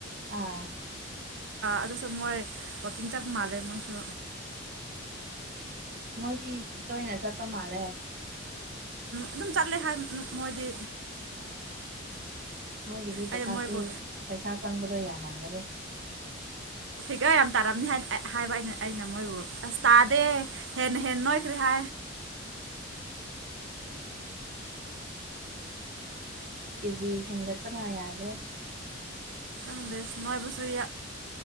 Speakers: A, on the right; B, on the right.
A: ꯑꯥ
B: ꯑꯗꯨꯁꯨ ꯃꯣꯏ ꯋꯀꯤꯡ ꯆꯞ ꯃꯥꯜꯂꯦ ꯃꯣꯏꯁꯨ
A: ꯃꯣꯏꯗꯤ ꯇꯣꯏꯅ ꯆꯠꯄ ꯃꯥꯜꯂꯦ
B: ꯑꯗꯨꯝ ꯆꯠꯂꯦ ꯍꯥꯏ ꯃꯣꯏꯗꯤ
A: ꯑꯣ ꯃꯣꯏꯒꯤꯗꯤ ꯄꯩꯁꯥꯁꯨ
B: ꯑꯩꯅ ꯃꯣꯏꯕꯨ
A: ꯄꯩꯁꯥ ꯆꯪꯕꯗꯣ ꯌꯥꯝꯃꯝꯒꯅꯤ
B: ꯏ ꯌꯥꯝ ꯇꯥꯔꯝꯅꯤ ꯍꯥꯏꯅ ꯍꯥꯏꯕ ꯑꯩꯅ ꯑꯩꯅ ꯃꯣꯏꯕꯨ ꯑꯁ ꯇꯥꯗꯦ
A: ꯑꯥ
B: ꯍꯟꯅ ꯍꯦꯟꯅꯣ ꯔ
A: ꯑꯁ ꯀꯦꯖꯤ ꯍꯦꯟꯒꯠꯄꯅ ꯌꯥꯗ꯭ꯔꯦ
B: ꯪꯗ꯭ꯔꯦ ꯅꯣꯏꯕꯨꯁꯨꯏ